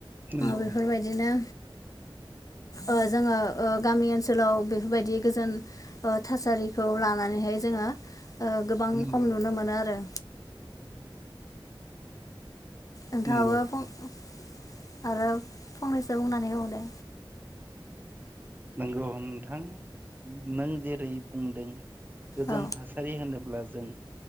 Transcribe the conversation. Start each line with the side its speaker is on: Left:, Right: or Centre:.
Right: नंगौ
Left: बेफोरबायदिनो
Right: <unintelligible>
Left: ओ जोङो ओ गामि ओनसोलाव बेफोरबायदि गोजोन ओ थासारिखौ लानानैहाय जोङो गोबां
Right: नंगौ
Left: खम नुनो मोनो आरो नोथांआबो
Right: नंगौ
Left: फं आरो फंनैसो बुंनानै होबावदो
Right: नोंगौ नोंथां नों जेरै बुंदों गोजोन
Left: औ
Right: थासारि होनोब्ला जों